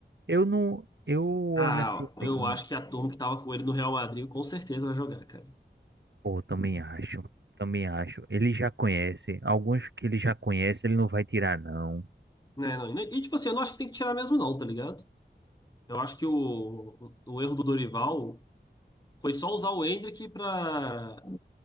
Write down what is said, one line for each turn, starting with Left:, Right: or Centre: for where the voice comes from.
Right: Eu não. Eu olho
Left: Ah,
Right: assim.
Left: eu
Right: bem,
Left: acho que a turma que tava com ele no Real Madrid com certeza vai jogar, cara.
Right: Pô, também acho. Também acho. Ele já conhece. Alguns que ele já conhece, ele não vai tirar, não.
Left: Né, não, e, tipo assim, eu não acho que tem que tirar mesmo, não, tá ligado? Eu acho que o, o, o erro do Dorival foi só usar o Endrick pra.